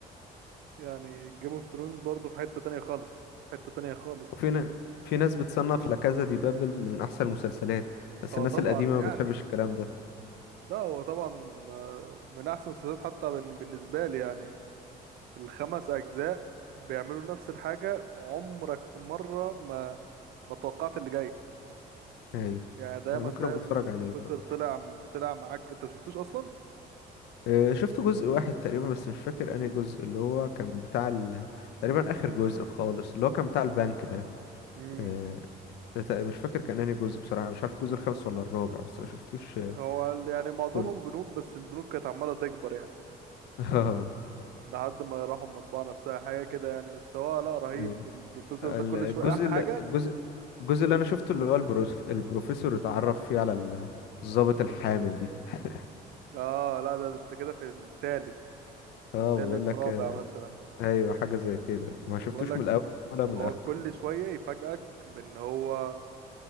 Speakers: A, on the right; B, on the left.
A: يعني جيم اوف ثرونز برضه في حتة تانية خالص في حتة تانية خالص
B: وفي ن... في ناس بتصنف لا كازا دي بابل من احسن المسلسلات بس
A: هو
B: الناس
A: طبعا
B: القديمه ما
A: يعني
B: بتحبش الكلام ده
A: لا هو طبعا آه، من احسن المسلسلات حتى بن- بالنسبة لي يعني الخمس اجزاء بيعملوا نفس الحاجة عمرك في مرة ما ما توقعت اللي جاي
B: ايوه
A: يعني دايما
B: انا ممكن
A: تلاقي
B: ابقى
A: البروفيسور
B: اتفرج عليه برضه
A: طلع طلع معاك انت مشفتوش اصلا
B: آه، شفت جزء واحد تقريبا بس مش فاكر انهي جزء اللي هو كان بتاع ال... تقريبا اخر جزء خالص اللي هو كان بتاع البنك ده
A: امم
B: آه، ده تق- مش فاكر كان انهي جزء بصراحه مش عارف الجزء الخامس ولا الرابع بس ما شفتوش <laughs> ما
A: هو ال- يعني
B: شفتوش
A: معظمهم
B: كله
A: بنوك بس البنوك كانت عمالة تكبر يعني
B: <laughs> اه
A: لحد ما راحوا المطبعة نفسها حاجة كده يعني بس هو لا رهيب
B: أيوة.
A: البروفيسور
B: ال-
A: ده كل
B: الجزء
A: شوية أحلى
B: اللي...
A: حاجة
B: الجزء الجزء اللي انا شفته اللي هو البروف... البروفيسور اتعرف فيه على ال- الضابط الحامل دي <laughs>
A: اه لا ده ده انت كده في التالت
B: اه
A: تالت
B: بقول لك
A: رابع
B: آه،
A: مثلا
B: ايوه حاجه زي كده ما
A: انا
B: شفتوش
A: بقول لك
B: من الاول ولا من
A: هو
B: اخره
A: كل شويه يفاجئك بان هو